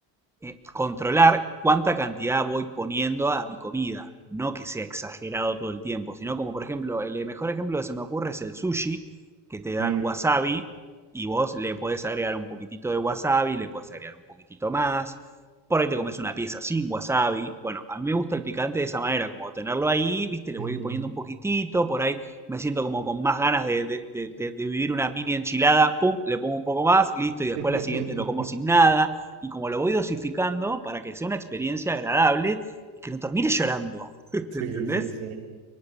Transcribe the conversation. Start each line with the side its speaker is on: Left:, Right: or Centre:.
Centre: eh, controlar cuánta cantidad voy poniendo a mi comida. No que sea exagerado todo el tiempo, sino como por ejemplo, el mejor ejemplo que se me ocurre es el sushi, que te dan
Right: mm,
Centre: wasabi y vos le podés agregar un poquitito de wasabi, le podés agregar un poquitito más. Por ahí te comes una pieza sin wasabi. Bueno, a mí me gusta el picante de esa manera, como tenerlo ahí, viste, le
Right: ujú.
Centre: voy poniendo un poquitito, por ahí me siento como con más ganas de, de- de- de- de vivir una mini enchilada, pum, le pongo un poco más, listo, y después
Right: <laughs>
Centre: la siguiente lo como sin nada y como lo voy dosificando para que sea una experiencia agradable y que no termine llorando. <laughs>
Right: Sí,
Centre: ¿Te entendés?
Right: sí, sí.